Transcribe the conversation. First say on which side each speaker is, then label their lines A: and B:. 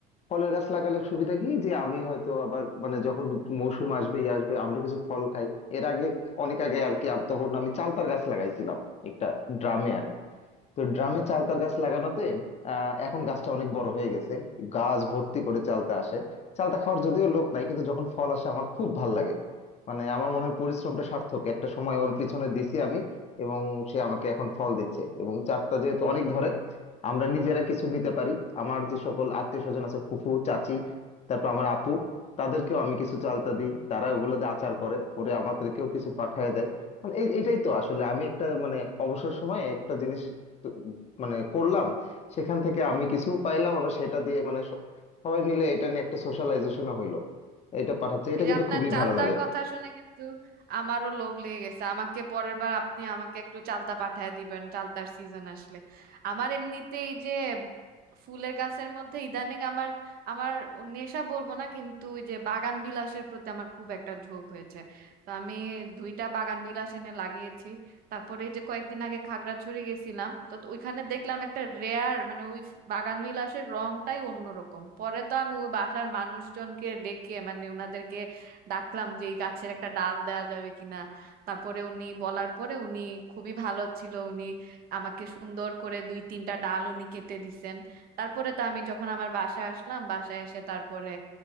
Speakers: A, on the left; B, on the right.
A: ফলের গাছ লাগালে সুবিধা কি যে আমি হয়তো আবার মানে যখন মৌসুম আসবে ই আসবে আমরা কিছু ফল খাই এর আগে অনেক আগে আর কি আম- তখন আমি চালতার গাছ লাগাইছিলাম একটা ড্রামে তো ড্রামে চালতার গাছ লাগানোতে আহ এখন গাছটা অনেক বড় হয়ে গেছে গাছ ভর্তি করে চালতা আসে চালতা খাওয়ার যদিও লোক নাই কিন্তু যখন ফল আসে আমার খুব ভাল লাগে মানে আমার মনে হয় পরিশ্রমটা সার্থক একটা সময় ওর পিছনে দিছি আমি এবং সে আমাকে এখন ফল দিচ্ছে এবং চারটা যেহেতু অনেক ধরে আমরা নিজেরা কিছু নিতে পারি আমার যে সকল আত্মীয় স্বজন আছে ফুফু চাচি তারপর আমার আপু তাদেরকেও আমি কিছু চালতা দিই তারা ওগুলো দিয়ে আচার করে করে আমাদেরকেও কিছু পাঠিয়ে দেয় মানে এই- এটাই তো আসলে আমি একটা মানে অবসর সময়ে একটা জিনিস মানে করলাম সেখান থেকে আমি কিছু পাইলাম আবার সেটা দিয়ে মানে স- সবাই মিলে এটা নিয়ে একটা সোশ্যালাইজেশনও হইলো এটা পাঠাচ্ছে এটা
B: এই যে
A: কিন্তু
B: আপনার
A: খুবই
B: চালতার
A: ভালো লাগে
B: কথা শুনে কিন্তু আমারও লোভ লেগে গেছে আমাকে পরের বার আপনি আমাকে একটু চালতা পাঠায় দিবেন চালতার সিজন আসলে আমার এমনিতে এই যে ফুলের গাছের মধ্যে ইদানিং আমার আমার নেশা বলবো না কিন্তু ওই যে বাগান বিলাসের প্রতি আমার খুব একটা ঝোঁক হয়েছে তো আমি দুইটা বাগান বিলাস এনে লাগিয়েছি তারপরে এই যে কয়েকদিন আগে খাগড়াছড়ি গেছিলাম তো তো ওইখানে দেখলাম একটা রেয়ার মানে ওই বাগান বিলাসের রংটাই অন্যরকম পরে তো আমি ওই বাসার মানুষজনকে ডেকে মানে ওনাদেরকে ডাকলাম যে এই গাছের একটা ডাল দেওয়া যাবে কিনা তারপরে উনি বলার পরে উনি খুবই ভালো ছিল উনি আমাকে সুন্দর করে দুই তিনটা ডাল উনি কেটে দিছেন তারপরে তো আমি যখন আমার বাসায় আসলাম বাসায় এসে তারপরে